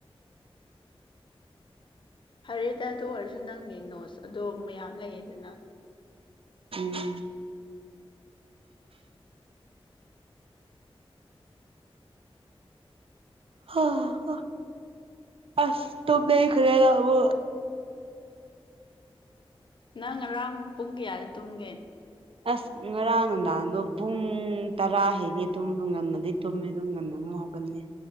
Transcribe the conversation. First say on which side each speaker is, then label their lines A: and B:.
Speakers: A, on the left; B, on the right.
A: ꯐꯔꯦꯗ ꯑꯗꯨ ꯑꯣꯏꯔꯁꯨ ꯅꯪꯒꯤ ꯅꯣꯁ ꯑꯗꯣ ꯃꯌꯥꯝ ꯂꯩꯌꯦꯗꯅ
B: ꯎꯝ ꯍ ꯍ ꯑꯥꯁ ꯇꯨꯝꯅꯤꯡ ꯈꯔꯦꯗ ꯑꯃꯨꯛ
A: ꯅꯪ ꯉꯔꯥꯡ ꯄꯨꯡ ꯀꯌꯥꯗ ꯇꯨꯝꯒꯦ
B: ꯑꯁ ꯉꯔꯥꯡ ꯅꯨꯡꯗꯥꯡꯗꯣ ꯄꯨꯡ ꯇꯔꯥ ꯍꯦꯂꯦ ꯇꯨꯝꯕ ꯉꯝꯃꯗꯤ ꯇꯨꯝꯃꯦ ꯑꯗꯨꯝ ꯉꯟꯅ ꯑꯝ ꯍꯧꯒꯅꯦ